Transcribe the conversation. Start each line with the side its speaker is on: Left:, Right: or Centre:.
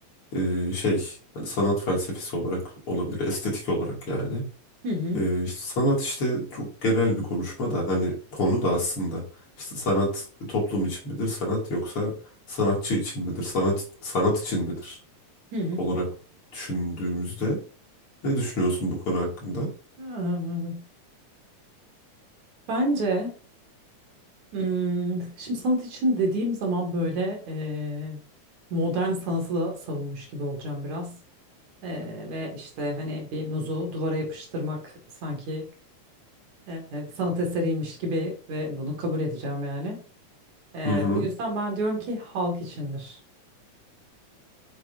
Left: E, şey, hani sanat felsefesi olarak olabilir, estetik olarak yani.
Right: hı hı.
Left: E, işte sanat işte çok genel bir konuşma da hani konu da aslında. İşte sanat toplum için midir, sanat yoksa sanatçı için midir, sanat sanat için midir
Right: hı hı.
Left: olarak düşündüğümüzde ne düşünüyorsun bu konu hakkında?
Right: Ee, Bence hmm, şimdi sanat için dediğim zaman böyle eee, modern sanatı da savunmuş gibi olacağım biraz. Eee, ve işte hani bir muzu duvara yapıştırmak sanki eee, sanat eseriymiş gibi ve bunu kabul edeceğim yani. Eee,
Left: Hı hı.
Right: bu yüzden ben diyorum ki halk içindir.